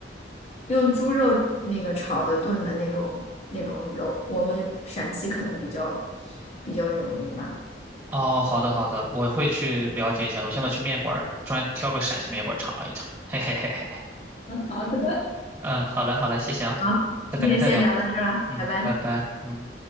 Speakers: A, on the left (about 35°); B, on the right (about 15°).
A: 用猪肉那个炒的炖的那种那种肉，我们陕西可能比较比较有名吧。
B: 哦，好的好的，我会去了解一下的。我现在去面馆儿专挑个陕西面馆儿尝一尝。嘿嘿嘿嘿，
A: <laughs> 好的，
B: 嗯，好嘞好嘞，谢谢啊，
A: 好，
B: 那改天再聊。
A: 今天先聊到这儿了，
B: 嗯，
A: 拜拜。
B: 拜拜，嗯。